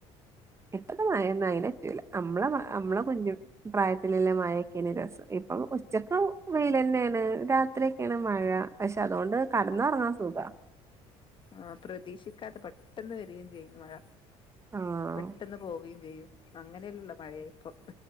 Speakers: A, on the right; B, on the left.
A: ഇപ്പത്തെ മഴന്നും അഴിന് പറ്റൂല അമ്മളെ അമ്മളെ കുഞ് പ്രായത്തിലല്ല മയെക്കെനി രസം. ഇപ്പൊ ഉച്ചക്കും വെഴിലെന്നെണ് രാ ത്രിക്കെണ് മഴ പക്ഷെ അതുകൊണ്ട് കട്ന്നോർങ്ങാൻ സുഖ.
B: ആ പ്രതീക്ഷിക്കാതെ പെട്ടെന്ന് വരികയും ചെയ്യുന്നു മഴ.
A: ആഹ്
B: പെട്ടെന്ന് പോവേം ചെയ്യും അങ്ങനെള്ള മഴയ ഇപ്പൊ.